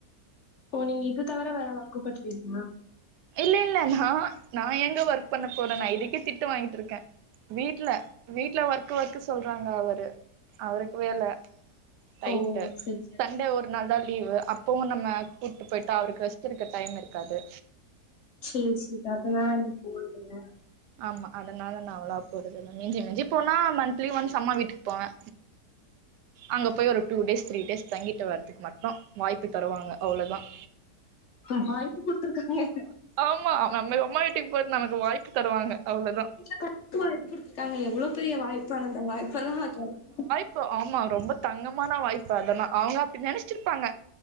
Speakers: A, on the left; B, on the right.
A: ஓ நீங்க இது தவிர வேற ஒர்க் பண்றீங்ளா
B: இல்ல இல்ல நா நா எங்க ஒர்க் பண்ண போறே நா இதுக்கே திட்டு வாங்கிட்ருக்கேன் வீட்ல வீட்ல ஒர்க் ஒர்க் சொல்றாங்க அவரு அவருக்கு வேல டைட்டு
A: ஓ சரி சரி
B: சண்டே ஒரு நாள் தான் லீவு அப் போ நம்ம கூப்ட்டு போய்ட்டா அவருக்கு ரெஸ்ட் எடுக்க டைம் இருக்காது
A: சேர் சேர் அதனா நீ போதுங்க
B: ஆமா அதனா நா அவளா போறதில்ல மிஞ்சி மிஞ்சி போனா மந்த்லி ஒன்ஸ் அம்மா வீட்டுக்கு போவே அங்க போய் ஒரு டூ டேஸ் த்ரீ டேஸ் தங்கிட்டு வரதுக்கு மட்டு வாய்ப்பு தருவாங்க அவ்ள தான்
A: இப்ப வாய்ப்பு குடுத்துருக்காங்க
B: ஆமா நம்ம அம்மா வீட்டுக்கு போறதுக்கு நமக்கு வாய்ப்பு தருவாங்க அவ்ளோதா
A: வீட்ல கண <unintelligible> வாய் குடுத்துக்காங்க எவ்ளோ பெரிய வாய்ப்பு அந்த வாய்ப்புல்லா கெடக்கிமா
B: இப்போ ஆமா ரொம்ப தங்கமான வாய்ப்பு அதனா அவங்க அப்டி நினச்சிருப்பாங்க